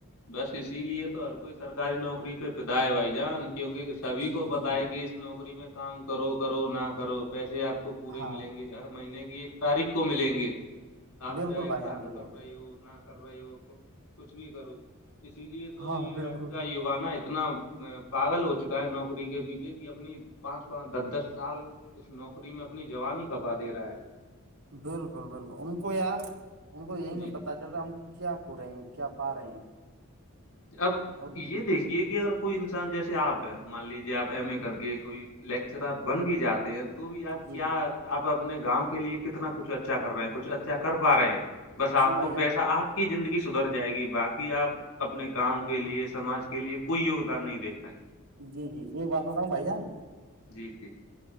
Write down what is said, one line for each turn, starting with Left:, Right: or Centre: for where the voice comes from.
Left: بس اسی لیے تو ہر کوئی سرکاری نوکری پہ پیدا ہے بھائی جان کیونکہ سبھی
Right: جی
Left: کو پتا
Right: جی
Left: ہے کہ نوکری میں کام کرو کرو نہ کرو پیسے آپ کو پورے
Right: ہاں
Left: ملیں گے ہر مہینے کی ایک <unintelligible> تاریخ کو ملیں گے آپ
Right: بالکل
Left: چاہے
Right: بھائی
Left: کام
Right: جان بالکل
Left: کر رہے ہو نہ <unintelligible> کر رہے ہو کچھ بھی کرو اسی لیے تو
Right: ہاں
Left: یہ
Right: بالکل
Left: آج کا یواانا انا <unintelligible> اتنا پاگل ہو چکا ہے نوکری کے پیچے کہ اپنی پانچ پانچ دس دس سال <unintelligible> اس نوکری میں اپنی جوانی ہی کبا دے رہا ہے
Right: بالکل بالکل ان کو یار ان کو یہی
Left: جی
Right: نہیں
Left: جی
Right: پتا چل رہا ہے ہم کیا ہو رہے ہیں کیا پا رہے ہیں <unintelligible>
Left: اب
Right: اور
Left: یہ دیکھ یہ کہ اگر کوئی انسان جیسے آپ ہیں مان لیجیے آپ ایم اے کر کے کوئی لیکچرار بن بھی جاتے ہیں تو بھی آپ
Right: جی
Left: کیا آپ اپنے گاؤں کے لیے کتنا کچھ اچھا کر رہے ہیں کچھ اچھا کر پا رہے ہیں بس آپ
Right: جی بھائی
Left: کو پیسہ
Right: جان
Left: آپ کی زندگی سدھر جائے گی باقی آپ اپنے گاؤں کے لیے سماج کے لیے کوئی یوگدان نہیں دےھ پیں
Right: جی جی ایک بات بتا ہوں بھائی جان
Left: جی جی